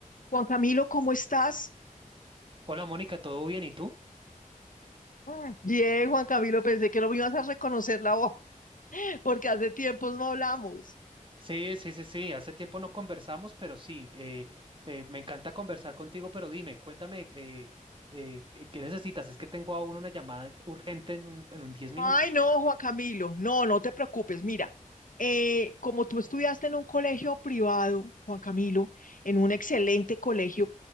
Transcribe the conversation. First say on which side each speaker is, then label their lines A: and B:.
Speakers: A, on the left; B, on the right.
A: Juan Camilo, ¿cómo estás?
B: Hola Mónica, ¿todo bien? ¿Y tú?
A: Mm, Bien, Juan Camilo, pensé que no me ibas a reconocer la voz, <laughs> porque hace tiempos no hablamos.
B: Sí, sí, sí, sí, hace tiempo no conversamos, pero sí, eh, eh, me encanta conversar contigo, pero dime, cuéntame, eh, eh, ¿qué qué necesitas? Es que tengo aún una llamada urgente en un, en un 10 minutos.
A: Ay, no, Juan Camilo, no, no te preocupes. Mira, eh, como tú estudiaste en un colegio privado, Juan Camilo, en un excelente colegio,